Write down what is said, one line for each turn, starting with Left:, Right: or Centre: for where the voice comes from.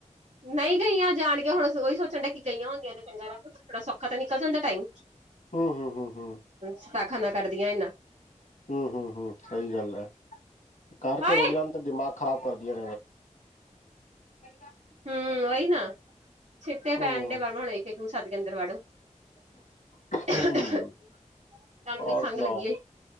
Right: ਨਈ ਗਈਆਂ ਜਾਣ ਕੇ ਹੁਣ ਓਈ ਸੋਚਣ ਡਿਆ ਕਿ ਕਈਆਂ ਹੁੰਦੀਆਂ ਤੇ ਚੰਗਾ <unintelligible> ਥੋੜਾ ਸੌਖਾ ਤਾਂ ਨਿਕਲ ਜਾਂਦਾ ਟਾਈਮ।
Left: ਹੂੰ-ਹੂੰ। ਹੂੰ-ਹੂੰ।
Right: ਸ਼ਤਾਖਾਂ ਨਾ ਕਰਦੀਆਂ ਏਨਾਂ।
Left: ਹੂੰ-ਹੂੰ-ਹੂੰ ਸਈ ਗੱਲ ਐ ਘਰ ਚ
Right: ਓਏ
Left: ਰੁਕ ਜਾਣ ਤੇ ਦਿਮਾਗ ਖ਼ਰਾਬ ਕਰਦੀਆਂ <unintelligible>
Right: ਹੂੰ ਵਈ ਨਾ ਛਿੱਟੇ
Left: ਹੂੰ
Right: ਪੈਣ ਡੇ <unintelligible> ਹੁਣ ਇੱਕ ਸੱਦ ਕੇ ਅੰਦਰ ਵਾੜੋ। ਤਾਂਨੂੰ
Left: ਹੂੰ
Right: ਵੀ
Left: ਔਰ
Right: ਖੰਘ
Left: ਸੁਣਾਓ
Right: ਲੱਗੀ ਏ।